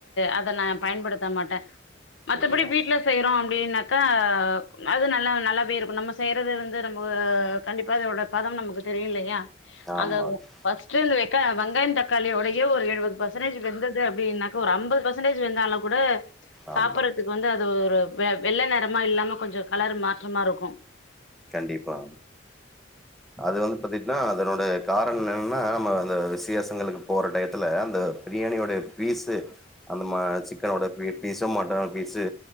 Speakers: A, on the left; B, in the centre.
A: ஆ அத நா பயன்படுத்த மாட்டேன் மத்தப்படி
B: ம்
A: வீட்ல செய்றோம் அப்டின்னா கா அது நல்லா நல்லவே இருக்கும் நம்ம செய்றது வந்து நம்ம கண்டிப்பா அதோட பதம் நமக்கு தெரிலையா
B: ஆமாங்க
A: அத பஸ்ட்டு க்கா வங்காயம் தக்காளியோடையே ஒரு எழுவது பர்ஸ்சன்டேஜ் வெந்தது அப்டின்னா ஒரு அம்பது பர்ஸ்சன்டேஜ் வெந்தாலும் கூட சாப்புர்றதுக்கு
B: ஆமா
A: வந்து அது ஒரு வெ வெள்ள நெரமா இல்லாம கொஞ்சம் கலறு மாற்றமா இருக்கும்
B: கன்டிப்பா அது வந்து பாத்தீட்ங்னா அதனோட காரணம் என்னன்னா நம்ம அந்த விசியசங்களுக்கு போற டயத்துல அந்த பிரியாணியோடைய பீஸ்ஸு அந்த சிக்கனோட பீஸ்ஸும் மட்டனோட பீஸு